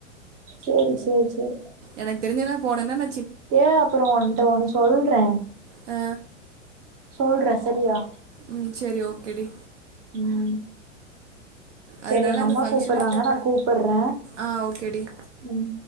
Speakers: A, on the right (about 40°); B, on the right (about 65°).
A: சேரி சேரி சேர்
B: எனக்கு தெரிஞ்சன போனன்னன்
A: ஏ அப்புற உன்னுட்ட ஒன்னு சொல்ற
B: ஆ
A: சொல்ற செரியா
B: ம் சேரி ஓகே டி
A: ம் சேரி
B: அதனால
A: எங்க அம்மா
B: அந்த ஃபங்க்ஷனுக்கு
A: கூப்பிட்றாங்க நா கூப்பற
B: ஆ ஓகேடி
A: ம்